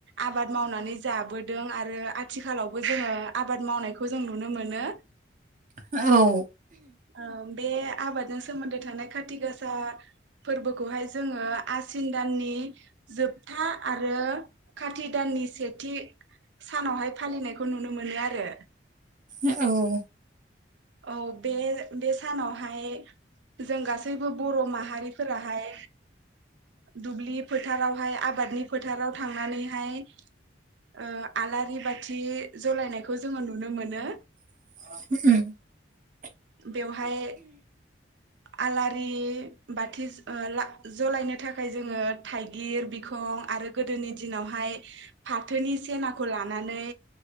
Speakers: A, on the right; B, on the right.
A: आबाद मावनानै जाबोदों आरो आथिखालावबो जोङो आबाद मावनायखौ जों नुनो मोनो।
B: औ
A: ओ बे आबादजों सोमोन्दो थानाय खाथि गासा फोरबोखौहाय जोङो आसिन दाननि जोबथा आरो खाति दाननि सेथि सानावहाय फालिनायखौ नुनो मोनो आरो
B: औ
A: औ बे बे सानावहाय जों गासैबो बर' माहारिफोराहाय दुब्लि फोथारावहाय आबादनि फोथाराव थांनानैहाय ओ आलारि बाथ थि जलायनायखौ जोङो नुनो मोनो।
B: ओम
A: बेवहाय आलारि बाथि अ ला जलायनो थाखाय जोङो थाइगिर बिखं आरो गोदोनि दिनावहाय फाथोनि सेनाखौ लानानै नै